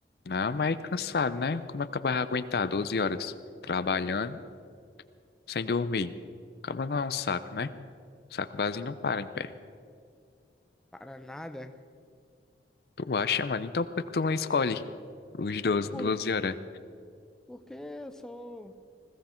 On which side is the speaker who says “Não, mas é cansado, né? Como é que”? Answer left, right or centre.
Left